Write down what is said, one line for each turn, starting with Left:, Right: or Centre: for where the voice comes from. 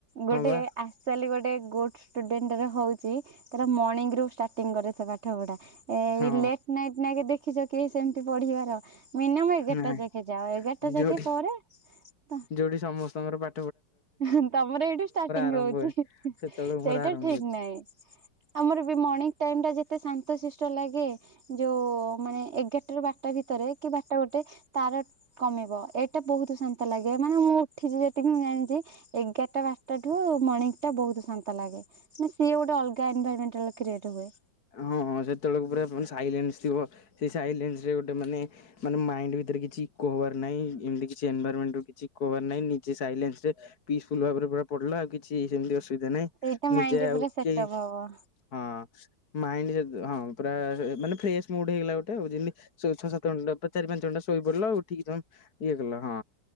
Right: ଗୋଟେ
Left: ହଁ ବା
Right: ଆକ୍ଚୁଆଲି ଗୋଟେ ଗୋଟ୍ ଷ୍ଟୁଡେଣ୍ଟର ହୋଉଚି ତାର ମର୍ନିଙ୍ଗ ରୁ ଷ୍ଟାର୍ଟିଂଙ୍ଗ କରେ <unintelligible> ପାଠପଢା। ଏଇ
Left: ହଁ
Right: ଲେଟ୍ ନାଇଟ୍ ନାଁକେ ଦେଖିଚ କି ସେମ୍ତି ପଢିବାର ମିନିୟମ୍ ଏଗାରଟା
Left: ନାଇଁ
Right: ଯାକେ ଆଉ ଏଗାର୍ଟା ଯାକେ
Left: ଯୋଉଠି
Right: ପରେ ତ
Left: ଯୋଉଠି ସମସ୍ତଙ୍କର ପା
Right: ଇଁହି ତମର ଏଇଠୁ ଷ୍ଟାଟିଙ୍ଗ୍
Left: ଆରମ୍ଭ
Right: ହୋଉଚି,
Left: ହୁଏ
Right: ହିଁ-ହିଁ
Left: ସେତେବେଳକୁ
Right: ସେଇଟା
Left: ମୋର ଆରମ୍ଭ
Right: ଠିକ୍
Left: ହୁଏ।
Right: ନାହିଁ। ଆମର ବି ମର୍ଣିଂ ଟାଇମ୍ ଟା ଯେତେ ଶାନ୍ତଶିଷ୍ଟ ଲାଗେ, ଯୋଉ ମାନେ ଏଗାର୍ ଟା ରୁ ବାରଟା ଭିତରେ, କି ବାରଟା ଗୋଟେ <unintelligible> କମିବ ଏଟା ବହୁତ୍ ଶାନ୍ତ ଲାଗେ, ମାନେ ମୁଁ ଉଠିଚି ଯେତିକି <unintelligible> ଜାଣିଚି, ଏଗାର୍ଟା ବାର୍ଟା ଠୁ ମର୍ଣିଙ୍ଗ ଟା ବହୁତ୍ ଶାନ୍ତ ଲାଗେ। ନା ସିଏ ଗୋଟେ ଅଲଗା ଏନଭାର୍ମେଣ୍ଟାଲ୍ କ୍ରିଏଟ୍ ହୁଏ।
Left: ହଁ-ହଁ ସେତବେଳୁକୁ ପୁରା ମାନେ ସାଇଲେନ୍ସ ଥିବ, ସେଇ ସାଇଲେନ୍ସ ରେ ଗୋଟେ ମାନେ ମାନେ ମାଇଣ୍ଡ ଭିତରେ କିଛି ଇକୋ ହବାର ନାହିଁ, ଏମ୍ତି କିଛି ଏନଭରମେଣ୍ଟ ରୁ କିଛି ଇକୋ ହବାରେ ନାହିଁ, ନିଜେ ସାଇଲେନ୍ସ ରେ ପିସ୍ଫୁଲ୍ ଭାବରେ ପୁରା ପଡିଲା ଆଉ କିଛି ସେମ୍ତି ଅସୁବିଧା ନାହିଁ,
Right: ସେଇଟା ମାଇଣ୍ଡରେ
Left: ନିଜେ ଆଉ
Right: ପୁରା ସେଟଅପ୍
Left: କେଇ
Right: ହବ
Left: ହଁ ମାଇଣ୍ଡରେ ଜଦି ହଁ ପୁରା ଏ ମାନେ ଫ୍ରେସ୍ ମୁଡ୍ ହେଇଗଲା ଗୋଟେ ଆଉ ଯେମ୍ତି <unintelligible> ଛଅ ସାତ ଘଣ୍ଟା ପୁରା ଚାରି ପାଞ୍ଚ ଘଣ୍ଟା ସୋଇ ପଡ଼ିଲ ଆଉ ଉ ଠିକି ତମ୍ ଇଏ କଲ ହଁ